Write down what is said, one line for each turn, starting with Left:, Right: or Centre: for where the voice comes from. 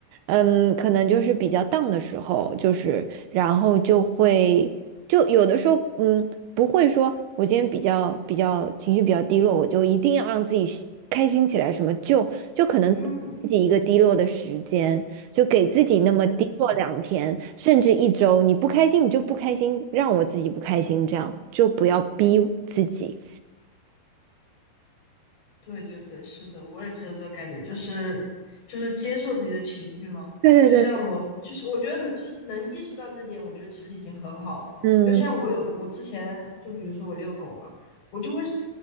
Right: 嗯，可能就是比较 d 的时候，就是然后就会就有的时候，嗯，不会说我今天比较比较情绪比较低落，我就一定要让自己是开心起来，什么就就可能自己一个低落的时间，
Left: 嗯，
Right: 就给自己那么低落两天，
Left: 确实，是，
Right: 甚至一周，你不开心你就不开心，让我自己不开心，这样就不要逼自己。
Left: 对对对，是的，我也是有这个感觉，就是就是接受自己的情绪嘛。
Right: 对对对，
Left: 就像我，就是我觉得能就是能意识到这一点，我觉得其实已经很好了。
Right: 嗯
Left: 就像我有我之前，就比如说我遛狗嘛，我就会是